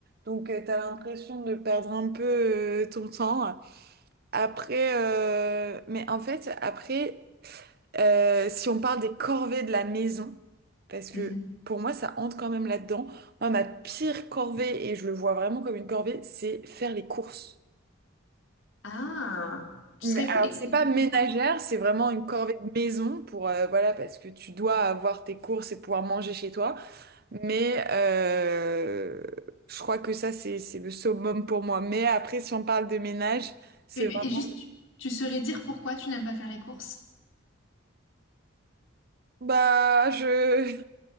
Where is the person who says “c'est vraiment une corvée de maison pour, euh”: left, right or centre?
Right